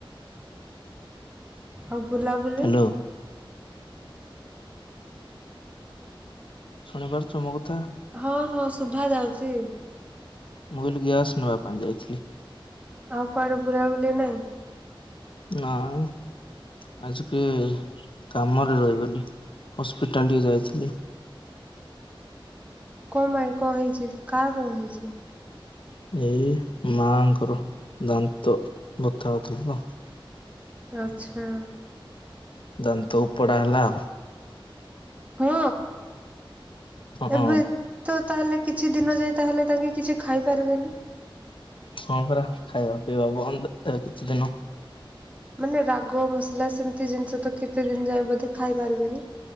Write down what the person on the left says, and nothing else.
ହ୍ୟାଲୋ। ଶୁଣିପାରୁଛ ମୋ କଥା?
ମୁଁ କହିଲି ଗ୍ୟାସ ନବା ପାଇଁ ଯାଇ
ନାଇଁ। ଆଜିକି କାମରେ ରହିଗଲି ହସ୍ପିଟାଲ ଟିକେ ଯାଇଥିଲି।
ଏଇ ମାଆଙ୍କର ଦାନ୍ତ ବଥା ହଉଥିଲା ତ।
ଦାନ୍ତ ଉପଡା ହେଲା ଆଉ।
ହଁ
ହଁ ପରା ଖାଇବା ପିଇବା ବନ୍ଦ, ଏ କିଛି ଦିନ।